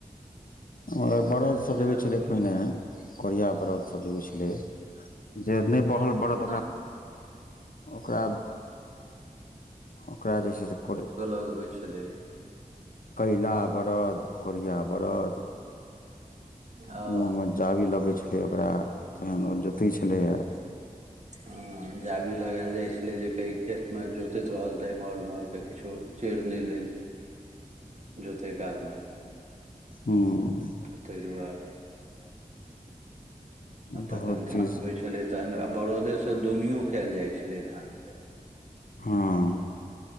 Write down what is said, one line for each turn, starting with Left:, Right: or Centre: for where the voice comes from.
Left: मगर
Right: उएह
Left: बरदसभ
Right: छै
Left: जे होइ
Right: आब
Left: छलै पहिने कोढ़िया बरदसभ जे होइ छलै जे नहि बहल बड़त ओकरा
Right: नाम
Left: ओकरा ओकरा जे छै से को पोलो
Right: कहेय छलैया
Left: कैयला बरद कोढ़िया बरद
Right: हँ
Left: मुँह मे जाबी लागय छलै ओकरा तखन ओ जोतैत छलैए या
Right: <unintelligible> ह जाबी लगायल जाय छले जे कहि खेत में जोतैत रहल ते एम्हर उम्हर के किछो चेड़ न ले जोते कालम
Left: हूम्मममम
Right: ते दुआरे आ
Left: बहुत
Right: तखन धान
Left: चीज
Right: होइ छलै तहन आ बरदेसँ दौनिओ कयल जाइ छलै धानके
Left: हँहह